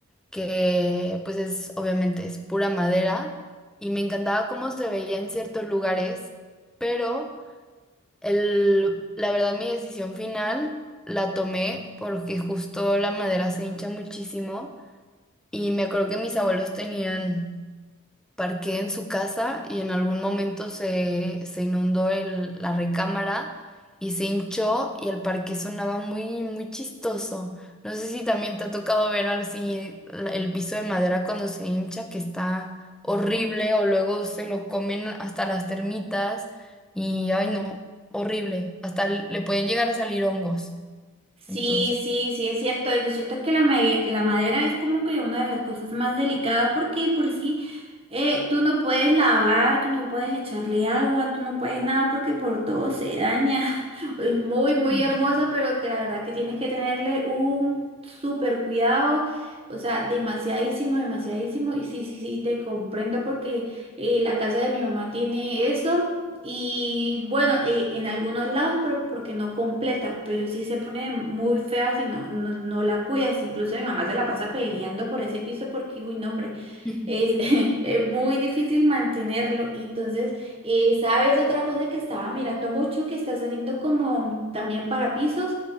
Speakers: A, in the centre; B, on the right (about 25°).
A: que pues es obviamente es pura madera y me encantaba cómo se veía en ciertos lugares, pero el, la verdad mi decisión final la tomé porque justo la madera se hincha muchísimo y me acuerdo que mis abuelos tenían parqué en su casa y en algún momento se, se inundó el- la recámara y se hinchó y el parque sonaba muy, muy chistoso. No sé si también te ha tocado ver así la- el piso de madera cuando se hincha, que está horrible, o luego se lo comen hasta las termitas y, ay no, horrible, hasta le pueden llegar a salir hongos.
B: Sí,
A: Entonces,
B: sí, sí, es cierto. Yo siento que la, made- la madera es como que una de las cosas más delicadas porque de por sí eh, tú no puedes lavar, tú no puedes echarle agua, tú no puedes nada porque por todo se daña. <laughs> Es muy, muy
A: sí.
B: hermosa, pero que la verdad que tienes que tenerle un súper cuidado. O sea, demasiadísimo, demasiadísimo. Y sí, sí, sí, te comprendo porque eh, la casa de mi mamá tiene eso. Y bueno, eh, en algunos lados, pero porque no completa, pero sí se pone muy fea si no, no, no la cuidas. Incluso mi mamá se la pasa peleando por ese piso porque, uy, no, hombre,
A: <laughs>
B: es, <laughs> es muy difícil mantenerlo. Entonces, eh, ¿sabes otra cosa que estaba mirando mucho que está saliendo como también para pisos?